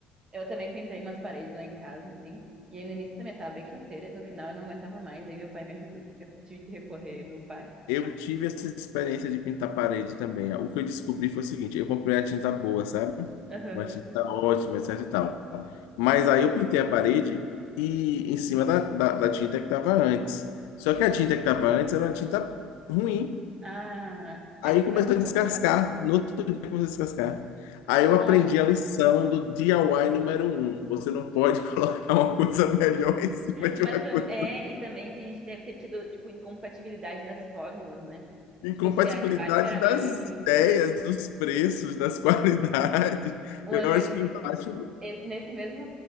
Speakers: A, on the right (about 30°); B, on the left (about 80°).
A: eu também pintei umas paredes lá em casa, assim, e aí no início também eu tava bem faceira, no final eu não aguentava mais, aí meu pai me ajudou. Eu tive que recorrer ao meu pai.
B: Eu tive essa experiência de pintar parede também. O que eu descobri foi o seguinte, eu comprei uma tinta boa, sabe?
A: Aham.
B: Uma tinta ótima, etc e tal. Mas aí eu pintei a parede e em cima da, da, da tinta que estava antes. Só que a tinta que estava antes era uma tinta ruim.
A: Ah, aí
B: Aí
A: descascou.
B: começou a descascar, no outro dia começou a descascar. Aí eu
A: Nossa.
B: aprendi a lição do DIY número um. Você não pode <laughs> colocar uma coisa melhor em cima de
A: Mas
B: uma coisa
A: tam- é, e também tem gente que deve ter tido, tipo, incompatibilidade das fórmulas, né?
B: Incompatibilidade
A: Tipo, se a de baixo era meio
B: das
A: ruinzinha.
B: ideias, dos preços, das <laughs> qualidades.
A: Uma
B: Eu
A: vez,
B: acho que
A: é,
B: embaixo.
A: ti- é, nesse mesmo